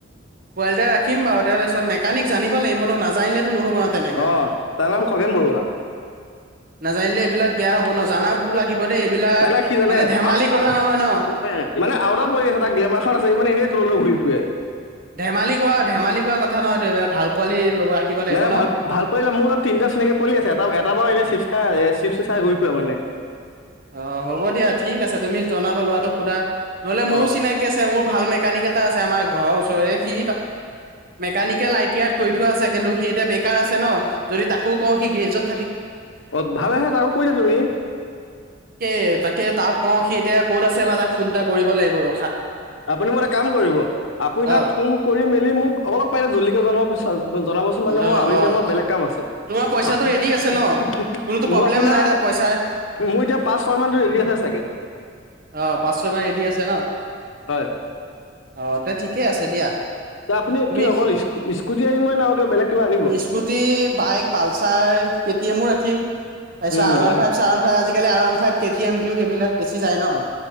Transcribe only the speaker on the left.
অ তাৰ নাম খগেন বৰুৱা।
<unintelligible>
মানে কি জানে
আ
<inaudible>
মানে আও এটা পোৱালি আছে। টা গ্লেমাখন আছে ই মানে এনেই দূৰলৈ ঘূৰি ফুৰে।
নাই
ভাল ভাল কৰিলে মোৰ তাত তিনিটা চিনাকি পোৱালি আছে এটা এটা বাৰু এ চিপ খাই আছে। চাই ঘূৰি ফুৰে মানে।
অ
অ ভালেহে তাক কৈ দে তুমি।
আপুনি মতে এ কাম কৰিব আপুনি তাক
ফোন কৰি মেলি মোক। অলপ পাৰিলে জ্লিকে জনাব বিচাৰো জনাব চোন। মানে মই
আবেলি
টাইমত বেলেগ কাম আছে।
<unintelligible>
মোৰ
আপোনাৰ
মোৰ এতিয়া পাঁচশয় মানত ৰেডি আছে। চাগে।
হয়।
ত আপুনি
কি অকল স্কুটি আনিব না আৰু কিবা বেলেগ কিবা আনিব?
উম,
অ',
হয়,